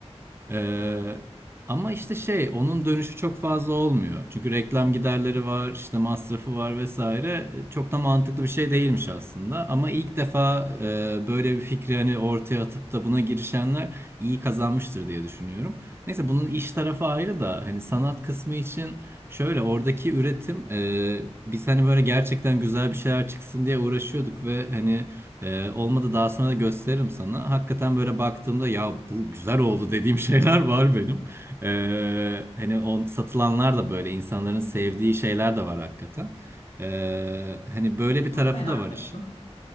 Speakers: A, on the right; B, on the left.
A: Ee,
B: evet.
A: ama işte şey onun dönüşü çok fazla olmuyor. Çünkü reklam giderleri var, işte masrafı var vesaire. Ee, Çok da mantıklı bir şey değilmiş aslında. Ama ilk defa e, böyle bir fikri hani ortaya atıp da buna girişenler iyi kazanmıştır diye düşünüyorum. Neyse bunun iş tarafı ayrı da hani sanat kısmı için şöyle oradaki üretim e, biz hani böyle gerçekten güzel bir şeyler çıksın diye uğraşıyorduk ve hani ee, olmadı daha sonra da gösteririm sana. Hakikaten böyle baktığımda ya bu güzel oldu dediğim <laughs> şeyler var benim. Ee, hani on, satılanlar da böyle insanların sevdiği şeyler de var hakikaten. Ee, hani böyle bir tarafı
B: Çok merak
A: da var
B: ettim.
A: işin.